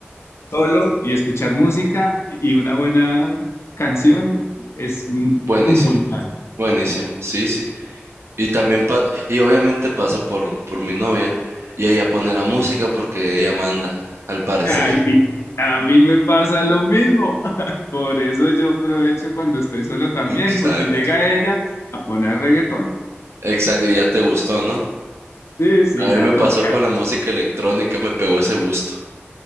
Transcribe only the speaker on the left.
solo y escuchar música y una buena canción es un,
un buen plan.
Ay, y a mí me pasa lo mismo. <laughs> Por eso yo aprovecho cuando estoy solo también,
porque llega ella a poner reggaetón.
Sí, sí,
ya
toca.